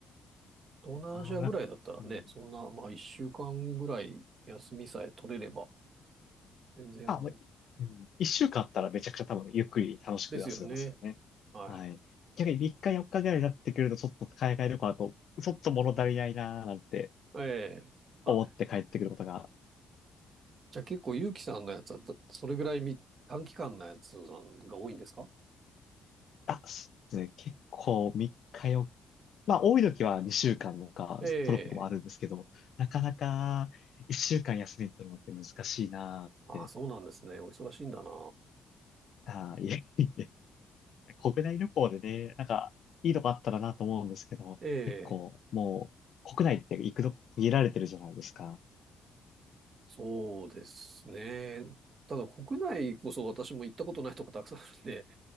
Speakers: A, on the right (about 45°); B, on the left (about 60°).
A: 東南アジアぐらいだったらね、
B: あー、うん、
A: そんな、まあ一週間ぐらい休みさえ取れれば、全然
B: あ、もう、うん、一週間あったらめちゃくちゃ多分ゆっくり楽しく遊べますよね。
A: ですよね。はい。
B: はい。逆に3日4日ぐらいになってくると、ちょっと海外旅行だと、ちょっと物足りないなーなんて
A: ええ。あ、
B: 思って帰ってくることが
A: じゃあ結構ゆうきさんのやつは、だそれぐらいみ短期間のやつなんが多いんですか
B: あ、そうですね。結構3日よっか、まあ多い時は2週間とか取ることもあるんですけど、
A: ええ。
B: なかなか1週間休み取るのって難しいなーって。
A: あ、そうなんですね。お忙しいんだな。
B: あー、いえいえ。国内旅行でね、なんかいいとこあったらなと思うんですけど、
A: ええ。
B: 結構もう国内って行くとこ限られてるじゃないですか。
A: そうですね。ただ国内こそ私も行ったことないとこたくさんあるんで、